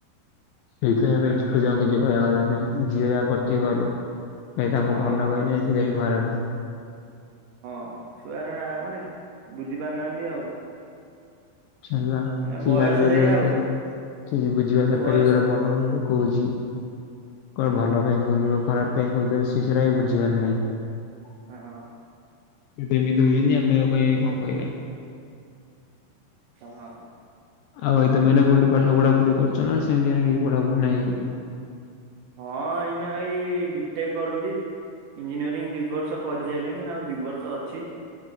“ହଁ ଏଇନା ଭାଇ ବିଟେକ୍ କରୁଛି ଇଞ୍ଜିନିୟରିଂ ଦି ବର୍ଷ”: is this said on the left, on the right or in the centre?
Right